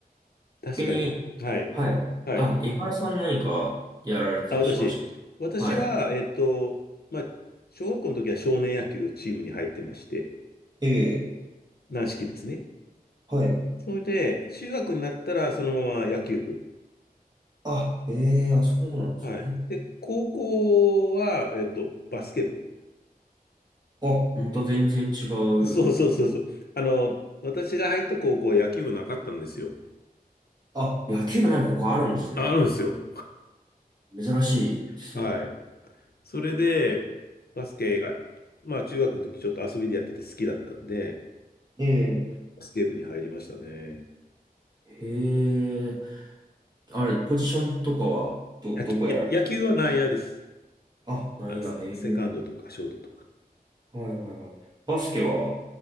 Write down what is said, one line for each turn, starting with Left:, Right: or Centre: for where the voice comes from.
Left: 確かに。
Right: 逆に、
Left: はい。
Right: はい。
Left: はい。
Right: あ、井原さん何かやられてたりしまし
Left: あ、私。私は、
Right: た。はい。
Left: えっと、まあ、小学校の時は少年野球チームに入ってまして、
Right: ええ、
Left: 軟式ですね。
Right: はい。
Left: それで、中学になったらそのまま野球部。
Right: あ、ええ、あ、そうなんですね。
Left: はい。で、高校は、えっと、バスケ部。
Right: あ、また全然違
Left: <laughs> そうそうそうそう。
Right: う。
Left: あの、私が入った高校は野球部なかったんですよ。
Right: あ、野球部ないここあるんですね。
Left: あ、あるんですよ。
Right: 珍しいですね。
Left: はい。それで、バスケが、まあ中学の時ちょっと遊びでやってて好きだったんで、
Right: ええ。
Left: バスケ部に入りましたね。
Right: へえ。あれ、ポジションとかは、ど、
Left: 野球、
Right: どこやられ
Left: や、野球は内野です。
Right: あ、ないや、
Left: あ、セセカンドとかショートとか。
Right: へえ。はいはいはい。バスケは